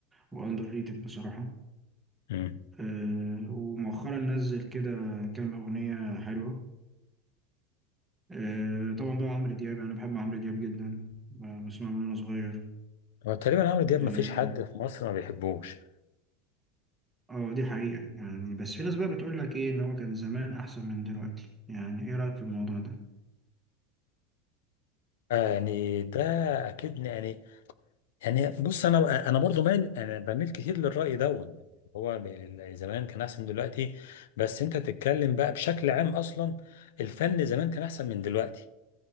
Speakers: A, in the centre; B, on the left (about 80°).
A: واندر ريتد بصراحه
B: امم
A: أه ومؤخرا نزل كده كام اغنيه حلوه أه طبعا بقى عمرو دياب انا بحب عمرو دياب جدا ب- بسمعه من وانا صغير
B: هو تقريبا عمرو دياب
A: اه
B: مفيش حد في مصر ما بيحبوش
A: آه، دي حقيقه يعني بس في ناس بقى بتقول لك ايه ان هو كان زمان احسن من دلوقتي يعني ايه رايك في الموضوع ده
B: يعني ده اكيد يعني يعني بص انا انا برضو مال انا بميل كتير للراي ده هو ب- زمان كان احسن من دلوقتي بس انت بتتكلم بقى بشكل عام اصلا الفن زمان كان احسن من دلوقتي